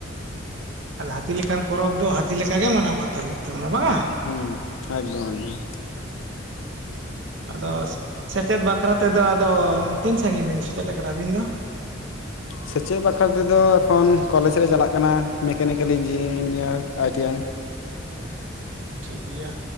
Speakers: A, on the right; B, on the left.
A: ᱟᱫᱚ ᱦᱟᱹᱛᱤ ᱞᱮᱠᱟᱱ ᱯᱚᱨᱚᱵᱽ ᱫᱚ ᱦᱟᱹᱛᱤ ᱞᱮᱠᱟ ᱜᱮ ᱢᱟᱱᱟᱣ ᱵᱟᱛᱟᱣ ᱦᱩᱭᱩᱜ ᱛᱟᱵᱚᱱᱟ ᱵᱟᱝᱟ
B: ᱦᱮᱸ ᱮᱠᱫᱚᱢ ᱮᱠᱫᱚᱢ
A: ᱟᱫᱚ ᱥᱮᱪᱮᱫ ᱵᱟᱠᱷᱨᱟ ᱛᱮᱫᱚ ᱟᱫᱚ ᱛᱤᱱ ᱥᱟᱜᱤᱧ ᱵᱤᱱ ᱥᱮᱪᱮᱫ ᱠᱟᱱᱟ ᱟᱹᱵᱤᱱ ᱫᱚ ᱻ <inaudible>
B: ᱥᱮᱪᱮᱫ ᱵᱟᱠᱷᱨᱟ ᱛᱮᱫᱚ ᱮᱠᱷᱚᱱ ᱠᱚᱞᱮᱡᱽ ᱨᱮ ᱪᱟᱞᱟᱜ ᱠᱟᱱᱟ mechanical engineer I T I
A: ᱻ <inaudible> ᱟᱪᱪᱷᱟ ᱴᱷᱤᱠ ᱜᱮᱭᱟ